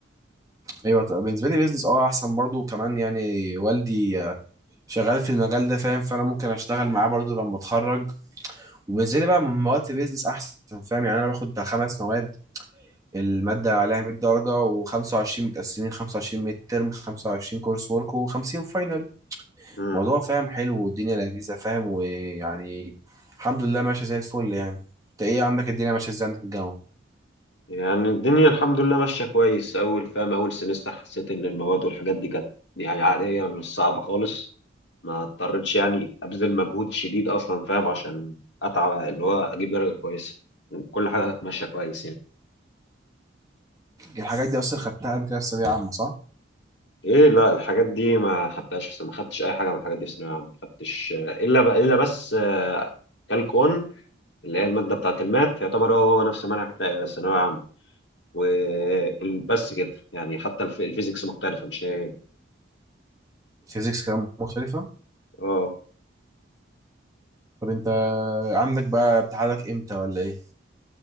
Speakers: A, on the right; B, on the left.
A: ايوه طبعا. بالنسبه لي بيزنس اه احسن برضو كمان يعني والدي آه، شغال في المجال ده فاهم فانا ممكن اشتغل معاه برضو لما اتخرج وبالنسبه لي بقى من مواد بيزنس احسن فاهم يعني انا باخد بتاع خمس مواد الماده عليها 100 درجه و25 متقسمين 25 ميد ترم 25 كورس ورك و50 فاينل
B: امم
A: الموضوع فاهم حلو والدنيا لذيذه فاهم ويعني الحمد لله ماشيه زي الفل يعني انت ايه عندك الدنيا ماشيه ازاي عندك في الجامعه
B: يعني الدنيا الحمد لله ماشية كويس أول فاهم أول سمستر حسيت إن المواد والحاجات دي كانت يعني عادية مش صعبة خالص ما اضطريتش يعني أبذل مجهود شديد أصلا فاهم عشان أتعب اللي هو أجيب درجة كويسة كل حاجة كانت ماشية كويس يعني
A: الحاجات دي اصلا خدتها قبل كده في ثانويه عامه صح
B: ايه لا الحاجات دي ما خدتهاش في سنة. ما خدتش اي حاجه من الحاجات دي في ثانويه عامه ما خدتش آه، الا ب... الا بس كالكون اللي هي الماده بتاعه الماث يعتبر هو نفس منهج تا- ثانويه عامه وبس كده يعني حتى الف... الفيزيكس مختلفه مش هي هي.
A: فيزيكس كمان مختلفة
B: اه
A: طب انت عندك بقى امتحانك امتى ولا ايه